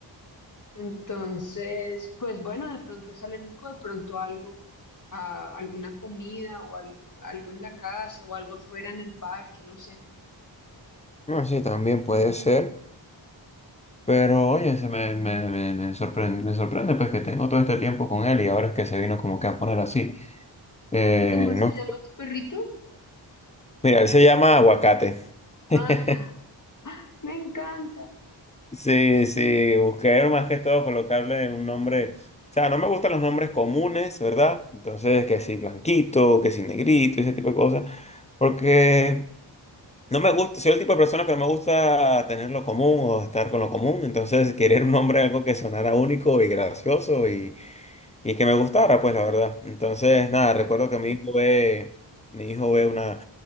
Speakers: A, on the left (about 40°); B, on the left (about 15°).
A: Entonces, pues bueno, de pronto es alérgico, de pronto a algo, a alguna comida o al- algo en la casa o algo afuera en el parque, no sé.
B: no, sí, también puede ser. Pero oye, se me, me, me, me sorprende, me sorprende pues que tengo todo este tiempo con él y ahora es que se vino como que a poner así. Eh,
A: ¿Y cómo se
B: no.
A: llama tu perrito?
B: Mira, él se llama Aguacate. <laughs>
A: Ah, <laughs> me encanta.
B: Sí, sí, busqué más que todo colocarle un nombre. O sea, no me gustan los nombres comunes, ¿verdad? Entonces, que si blanquito, que si negrito, ese tipo de cosas. Porque No me gusta, soy el tipo de persona que no me gusta tener lo común o estar con lo común, entonces querer un nombre, algo que sonara único y gracioso y, y que me gustara, pues la verdad. Entonces, nada,
A: Claro.
B: recuerdo que mi hijo ve, mi hijo ve una,